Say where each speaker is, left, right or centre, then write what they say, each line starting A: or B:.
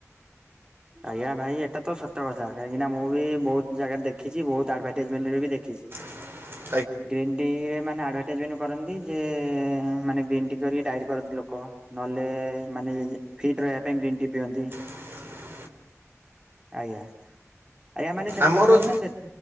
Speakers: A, on the right (about 15°); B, on the right (about 45°).
A: ଆଜ୍ଞା ଭାଇ ଏଟା ତ ସତ କଥା କାହିଁକିନା ମୁଁ ବି ବହୁତ ଜାଗାରେ ଦେଖିଛି ବହୁତ ଆଡଭଟାଇଜମେଣ୍ଟ ଦେଖିଛି।
B: <inaudible>
A: ଗ୍ରୀନ୍ ଟି ରେ ମାନେ ଆଡ ଗ୍ରୀନ। କରନ୍ତି ଯେ ମାନେ ଗ୍ରୀନ୍ ଟି କରିକି ଡାଇର କରନ୍ତି ଲୋକ ନହେଲେ ମାନେ ଫିଟ ରହିବା ପାଇଁ ଗ୍ରୀନ୍ ଟି ପିଅନ୍ତି
B: <inaudible>
A: ଆଜ୍ଞା ଆଜ୍ଞା ମାନେ ସେଟା
B: ଆମର
A: କଣ କହୁଛନ୍ତି ନା ସେ